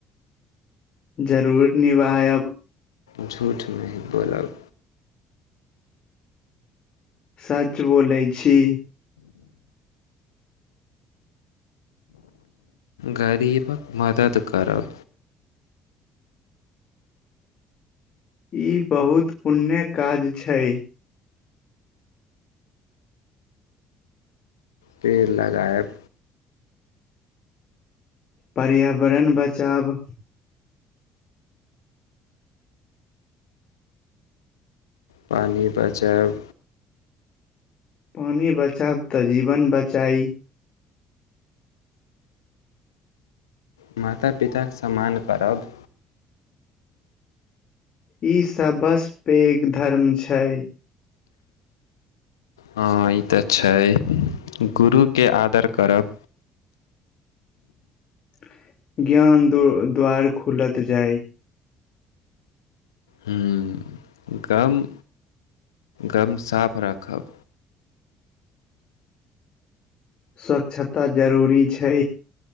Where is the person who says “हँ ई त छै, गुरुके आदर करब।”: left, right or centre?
Left